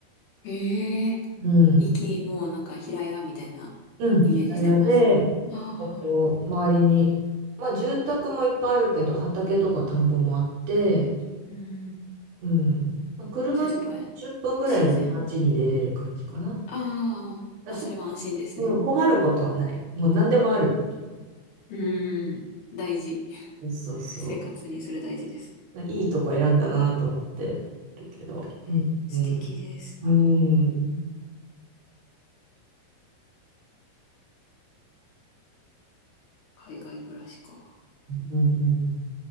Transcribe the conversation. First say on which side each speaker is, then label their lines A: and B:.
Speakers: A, on the left (about 65°); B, on the right (about 65°).
A: ええ。
B: うん。
A: 行き、もうなんか平屋みたいなイメージしてます。
B: うん。平屋で、
A: ああ。
B: えっと、周りに、まあ住宅もいっぱいあるけど、畑とか田んぼもあって、
A: うん。
B: うん。まあ、車で10分ぐらいで街に出れる感じかな。
A: じゃあやっぱり自然。ああ、
B: だ
A: あ、それは安心ですね。
B: うん、困ることはない。もう何でもある。
A: うーん、大事。<laughs>
B: そうそう
A: 生活にそれ大事ですね。
B: いいとこ選んだなと思ってるけど。
A: えー素敵です。
B: うん、うん、うん、
A: 海外暮らしか。
B: うん、うん。